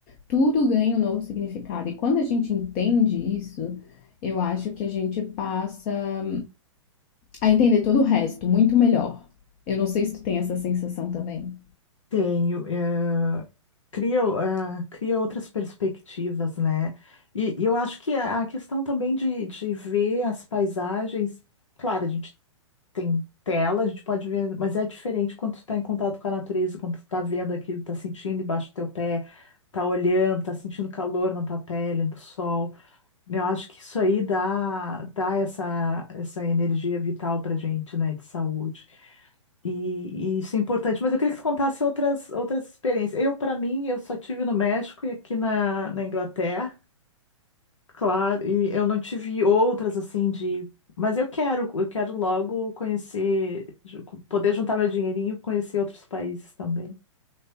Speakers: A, on the left (about 35°); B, on the left (about 70°).
A: Tudo ganha um novo significado e quando a gente entende isso, eu acho que a gente passa a entender todo o resto muito melhor. Eu não sei se tu tem essa sensação também.
B: Tenho, eh, cria, eh, cria outras perspectivas, né? E, e eu acho que a a questão também de, de ver as paisagens, claro, a gente tem tela, a gente pode ver, mas é diferente quando tu está em contato com a natureza, quando tu está vendo aquilo, está sentindo embaixo do teu pé, está olhando, está sentindo calor na tua pele, do sol. Eu acho que isso aí dá, dá essa, essa energia vital pra gente, né? De saúde. E, e isso é importante, mas eu queria que você contasse outras, outras experiências. Eu, para mim, eu só tive no México e aqui na, na Inglaterra, claro, e eu não tive outras assim de. Mas eu quero, eu quero logo conhecer, ju- poder juntar meu dinheirinho e conhecer outros países também.